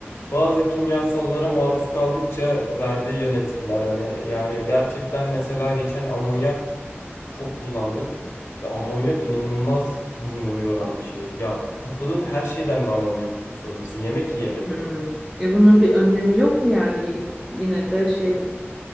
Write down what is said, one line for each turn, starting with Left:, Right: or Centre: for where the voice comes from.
Left: bazı kimyasallara maruz kaldıkça verdiği yan etkiler. Hani yani gerçekten mesela geçen amonyak çok kullandık ve amonyak inanılmaz burnunu yoran bir şey. Ya kokladığın her şeyden mi amonyak kokusu alırsın? Yemek yiyemedim
Centre: Hmm.
Left: o gün.
Centre: E bunun bir önlemi yok mu yani? Y- Yine de şey mi?